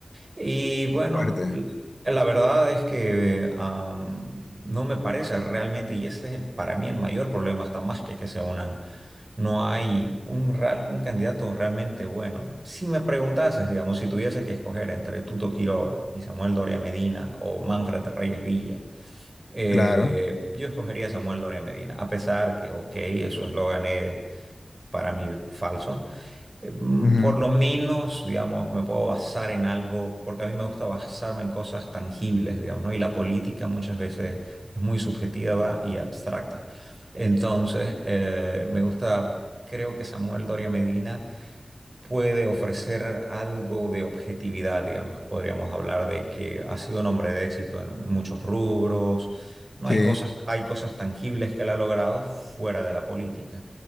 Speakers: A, on the right; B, on the left.
A: Y bueno,
B: Fuerte,
A: l- la verdad es que am, no me parece realmente, y ese es el- para mí el mayor problema, hasta más que que se unan. No hay un, real, un candidato realmente bueno. Si me preguntases, digamos, si tuviese que escoger entre Tuto Quiroga y Samuel Doria Medina o Manfred Reyes Villa, eh,
B: claro.
A: yo escogería a Samuel Doria Medina, a pesar que, ok, eso es lo gané para mí falso. Eh, mm,
B: ujú,
A: Por lo menos, digamos, me puedo basar en algo, porque a mí me gusta basarme en cosas tangibles, digamos, ¿no? Y la política muchas veces es muy subjetiva y abstracta. Entonces, eh, me gusta, creo que Samuel Doria Medina puede ofrecer algo de objetividad, digamos. Podríamos hablar de que ha sido un hombre de éxito en muchos rubros. No
B: Sí.
A: hay cosas, hay cosas tangibles que él ha logrado fuera de la política.